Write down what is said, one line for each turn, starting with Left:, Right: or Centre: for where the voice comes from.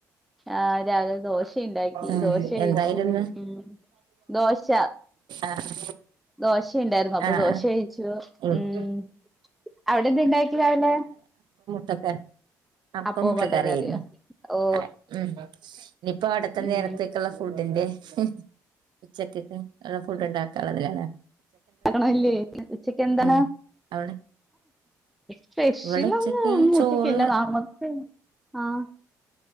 Centre: ആഹ് രാവിലെ ദോശയുണ്ടാക്കി
Right: ആഹ്
Centre: ദോശ കഴിച്ചു
Right: എന്തായിരുന്നു
Centre: ഉം ദോശ
Right: ആഹ്
Centre: ദോശണ്ടായിരുന്നു അപ്പൊ
Right: ആഹ്
Centre: ദോശ കഴിച്ചു
Right: ആഹ്
Centre: ഉം അവിടെ എന്ത് ഇണ്ടാക്കി രാവിലെ
Right: ട്ടക്കറി അപ്പം
Centre: അപ്പോ
Right: മുട്ട
Centre: മുട്ടക്കറിയോ
Right: കറിയായിരുന്നു
Centre: ഓ
Right: ആഹ് ഉം ഇനിയിപ്പോ അടുത്ത
Centre: ഉം
Right: നേരത്തേക്കുള്ള ഫുഡിന്റെ ക്ഷെ ഉച്ചക്കേക്ക് ഉള്ള ഫുഡ് ഉണ്ടാക്കാനുള്ളതല്ലേ
Centre: ആണല്ലേ ഉച്ചക്ക് എന്താണ്
Right: ഉം അവിടെ
Centre: സ്പെഷ്യൽ
Right: ഇവിടെ ഉച്ചക്ക്
Centre: ഒന്നും ഒന്നും
Right: ചോറ്
Centre: ഉച്ചക്കില്ല നമക്ക് ആഹ്